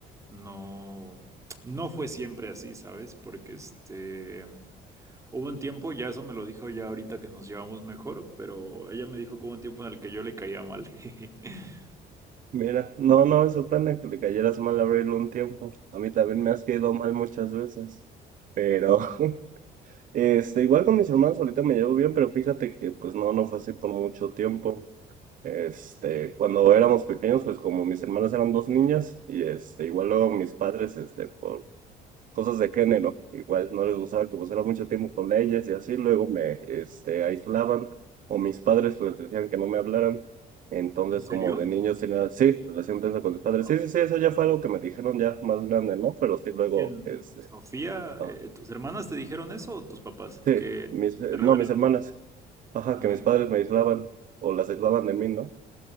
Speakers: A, on the right; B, on the right.
A: no, no fue siempre así, ¿sabes? Porque este, Hubo un tiempo, ya eso me lo dijo ya ahorita que nos llevamos mejor, pero ella me dijo que hubo un tiempo en el que yo le caía mal. <laughs>
B: Mira, no, no me sorprende que le cayeras mal a Abril un tiempo. A mí también me has caído mal muchas veces, pero <laughs> Este, igual con mis hermanos ahorita me llevo bien, pero fíjate que pues no, no fue así por mucho tiempo. Este, cuando éramos pequeños, pues como mis hermanas eran dos niñas, y este, igual luego mis padres, este, por cosas de género, igual no les gustaba que pasara mucho tiempo con ellas y así, luego me, este, aislaban, o mis padres pues decían que no me hablaran. Entonces,
A: ¿En serio?
B: como de niños tenía, sí, relación tensa con mis padres.
A: Wow.
B: Sí, sí, sí, eso ya fue algo que me dijeron ya más grande, ¿no? Pero sí, luego,
A: Bien,
B: este,
A: Sofía,
B: ah,
A: eh, ¿tus hermanas te dijeron eso o tus papás
B: Sí,
A: que
B: mis,
A: te revelaron?
B: no, mis hermanas. Ajá,
A: Ah,
B: que mis padres me aislaban o las aislaban de mí, ¿no?